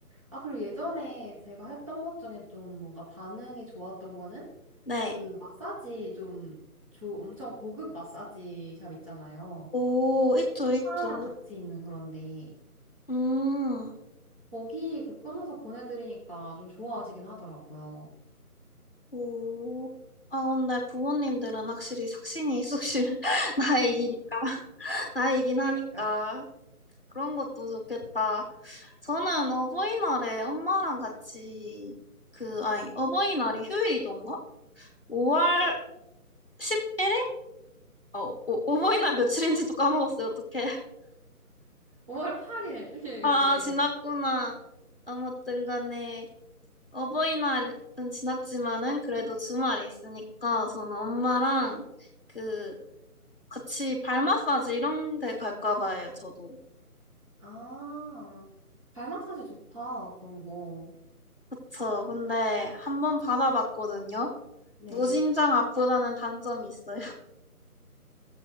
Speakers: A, on the right; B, on the left.
A: 아, 그리고 예전에 제가 했던 것 중에 좀 뭔가 반응이 좋았던 거는,
B: 네.
A: 그 마사지 좀 조, 엄청 고급 마사지 샵 있잖아요.
B: 오, 있죠, 있죠.
A: 스파랑 같이 있는 그런데
B: 음,
A: 거기 그 끊어서 보내드리니까 좀 좋아하시긴 하더라고요.
B: 오. 아, 근데 부모님들은 확실히 삭신이 쑥실 <laughs> 나이기니까, <laughs> 나이긴 하니까.
A: 그러니까
B: 그런 것도 좋겠다. 저는 어버이날에 엄마랑 같이, 그, 아니, 어버이날이 휴일이던가? 5월 11일? 어, 오, 오버이날 며칠인지도 까먹었어요. 어떡해.
A: 5월 8일. <laughs>
B: 아,
A: 네.
B: 지났구나. 아무튼 간에 어버이날은 지났지만은 그래도 주말이 있으니까 저는 엄마랑 그 같이 발 마사지 이런 데 갈까 봐요. 저도.
A: 아, 발 마사지 좋다. 그런 거.
B: 그쵸. 근데 한번 받아봤거든요.
A: 네.
B: 무진장 아프다는 단점이 있어요. <laughs>